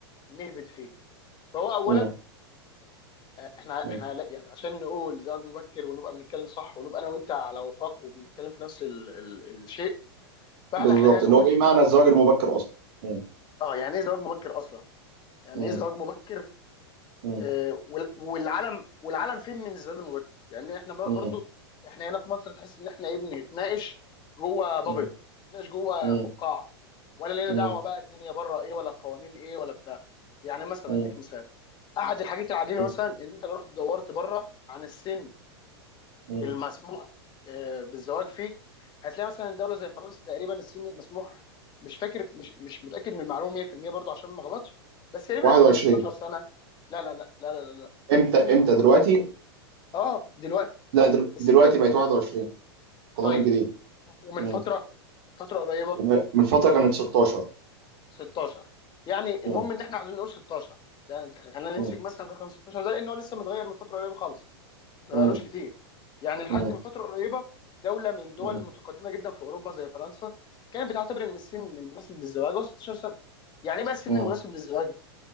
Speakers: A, on the left; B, on the right.
A: نهبد فيه فهو اولا
B: م-
A: احنا احنا
B: م.
A: لا- يعني عشان نقول زواج مبكر ونبقى بنتكلم صح ونبقى انا وانت على وفاق وبنتكلم في نفس ال ال الشيء فاحنا
B: بالظبط
A: خلينا نقول
B: اللي هو ايه معنى الزواج المبكر اصلا م-
A: اه يعني ايه زواج مبكر اصلا؟ يعني
B: م-
A: ايه زواج مبكر؟
B: م-
A: آه وال- والعالم والعالم فين من الزواج المبكر؟ يعني احنا بر-
B: م-
A: برضو احنا هنا في مصر تحس ان احنا ايه بنتناقش جوه بابل
B: م-
A: بنتناقش جوه
B: م-
A: فقاعه ولا لينا
B: م-
A: دعوه بقى الدنيا بره ايه ولا القوانين ايه ولا بتاع يعني مثلا
B: م-
A: اديك مثال احد الحاجات العجيبه
B: م-
A: مثلا ان انت لو رحت دورت بره عن السن
B: م-
A: المسموح آه، بالزواج فيه هتلاقي مثلا دوله زي فرنسا تقريبا السن المسموح مش فاكر مش مش متاكد من المعلومه 100% برضو عشان ما اغلطش بس تقريبا
B: 21
A: كان 12 سنه لا لا لا لا لا لا, لا.
B: امتى
A: السن
B: امتى
A: المسموح
B: دلوقتي
A: اه دلوقتي
B: لا دل...
A: السن
B: دلوقتي بقت 21 القانون
A: طيب
B: الجديد
A: ومن
B: مم.
A: فتره فتره قريبه
B: وم- من فترة كانت 16
A: 16 يعني المهم
B: مم.
A: ان احنا عايزين نقول 16 يعني خلينا نمسك
B: مم.
A: مثلا رقم 16 ده لان هو لسه متغير من فتره قريبه خالص ما
B: مم.
A: بقالوش كتير يعني لحد
B: مم.
A: من فتره قريبه دوله من الدول
B: مم.
A: المتقدمه جدا في اوروبا زي فرنسا كانت بتعتبر ان السن المناسب للزواج هو 16 سنه يعني ايه بقى السن
B: مم.
A: المناسب للزواج